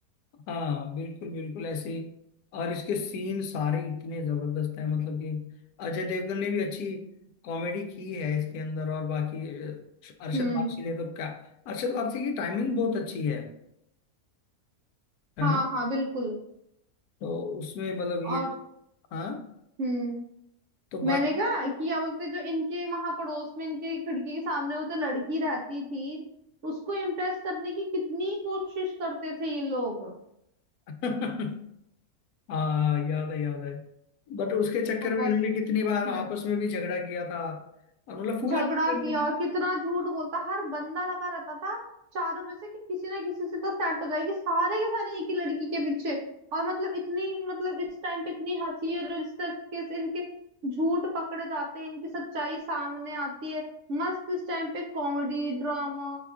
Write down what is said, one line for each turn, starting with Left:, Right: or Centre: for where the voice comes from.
Left: हाँ बिल्कुल बिल्कुल ऐसे ही और इसके सीन सारे इतने जबरदस्त हैं मतलब कि अजय देवगन ने भी अच्छी कॉमेडी की है इसके अंदर और बाकी अ, अरशद
Right: हम्म
Left: वारसी ने तो क्या अरशद वारसी की टाइमिंग बहुत अच्छी है है
Right: हाँ
Left: ना
Right: हाँ बिल्कुल
Left: तो उसमें मतलब
Right: और
Left: ये हाँ
Right: हम्म
Left: तो बाकी
Right: मैंने कहा कि क्या बोलते जो इनके वहां पड़ोस में इनके खिड़की के सामने वो तो लड़की रहती थी उसको इम्प्रेस करने की कितनी कोशिश करते थे ये लोग और
Left: <laughs> हाँ याद है याद है बट उसके चक्कर में
Right: बस
Left: इन्होंने कितनी बार
Right: हम्म।
Left: आपस में भी झगड़ा किया था और मतलब फुल
Right: झगड़ा
Left: एंटरटेनमेंट
Right: किया कितना झूठ बोलता हर बंदा लगा रहता था चारों में से कि किसी ना किसी से तो सेट हो जाएगी सारे के सारे एक ही लड़की के पीछे और मतलब इतनी मतलब इस टाइम पे इतनी हंसी और इस तरीके से इनके झूठ पकड़े जाते हैं इनकी सच्चाई सामने आती है मस्त इस टाइम पे कॉमेडी ड्रामा